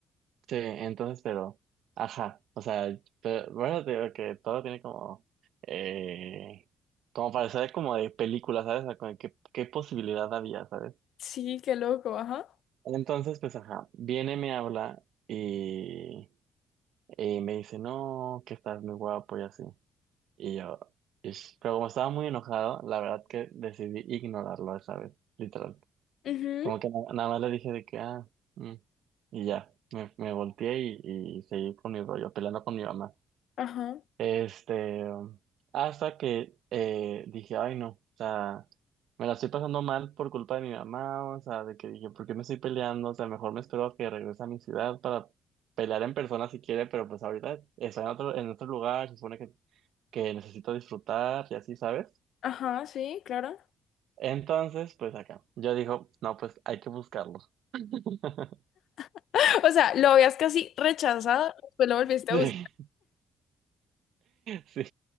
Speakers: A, on the right (about 75°); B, on the left (about 75°).
A: sí, entonces, pero, ajá, o sea, pero, bueno, te digo que todo tiene como, eh, como parecer como de película, ¿sabes? O sea, como de ¿Qué, qué posibilidad había, ¿sabes?
B: Sí, qué loco, ajá.
A: Entonces, pues, ajá, viene, me habla y, y me dice, no, que estás muy guapo y así. Y yo, "Ish". pero como estaba muy enojado, la verdad que decidí ignorarlo esa vez, literal.
B: Ujú,
A: Como que na- nada más le dije de que, ah, mm", y ya, me, me volteé y, y seguí con mi rollo, peleando con mi mamá.
B: ajá,
A: Este, hasta que eh, dije, ay no, o sea, me la estoy pasando mal por culpa de mi mamá, o sea, de que dije, ¿por qué me estoy peleando? O sea, mejor me espero a que regrese a mi ciudad para pelear en persona si quiere, pero pues ahorita está en otro, en otro lugar, se supone que, que necesito disfrutar y así, ¿sabes?
B: ajá, sí, claro.
A: Entonces, pues acá, yo digo, no, pues hay que buscarlo. <laughs>
B: <gasps> <laughs> O sea, lo habías casi rechazado, después lo volviste
A: Sí,
B: a usar.
A: sí.